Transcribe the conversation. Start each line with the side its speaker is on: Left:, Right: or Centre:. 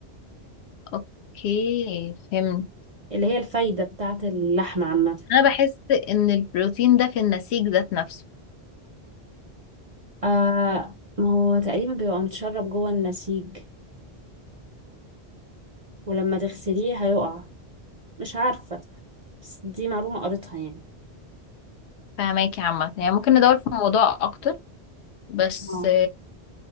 Left: اوكي فهمت
Right: اللي هي الفايدة بتاعة اللحمة عامة
Left: انا بحس ان البروتين ده في النسيج ذات نفسه
Right: آه ما هو تقريبا بيبقى متشرب جوه النسيج ولما تغسليه هيقع مش عارفة بس دي معلومة قريتها يعني
Left: فهماكي عامة يعني ممكن ندور في الموضوع اكتر بس
Right: اه